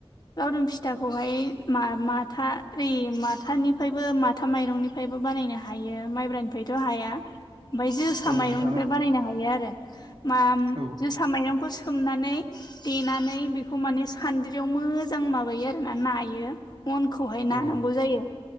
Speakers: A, on the left; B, on the right.
A: लावदुम फिथाखौहाय मा माथा रि माथानिफायबो माथा माइरंनि फ्रायबो बानायनो हायो माइब्रानिफायथ' हाया। ओमफाय जोसा
B: औ
A: माइरंनिफ्राय
B: नोंथां
A: बानायनो हायो आरो माम
B: औ
A: जोसा माइरंखौ सोमनानै देनानै बिखौ माने सान्द्रियाव मोजां माबायो आरो ना नायो। अनखौहाय
B: औ
A: नाानांगौ जायो।